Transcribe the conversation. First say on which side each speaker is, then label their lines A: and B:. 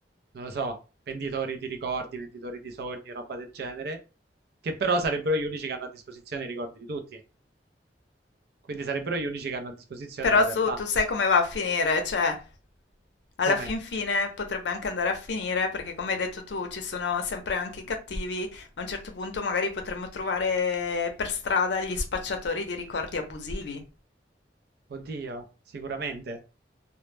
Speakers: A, on the right; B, on the left.
A: non lo so, venditori di ricordi, venditori di sogni, roba del genere, che però sarebbero gli unici che hanno a disposizione i ricordi di tutti. Quindi sarebbero gli unici che hanno a disposizione
B: Però
A: la realtà.
B: su- tu sai come va a finire, cioè alla
A: Come?
B: fin fine potrebbe anche andare a finire, perché come hai detto tu, ci sono sempre anche i cattivi. A un certo punto magari potremmo trovare per strada gli spacciatori di ricordi abusivi.
A: Oddio, sicuramente.